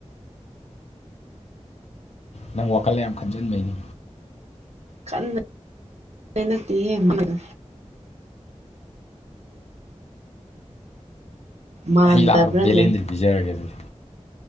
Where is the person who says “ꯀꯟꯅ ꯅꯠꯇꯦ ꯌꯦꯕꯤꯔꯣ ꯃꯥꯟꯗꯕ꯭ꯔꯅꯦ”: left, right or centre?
Right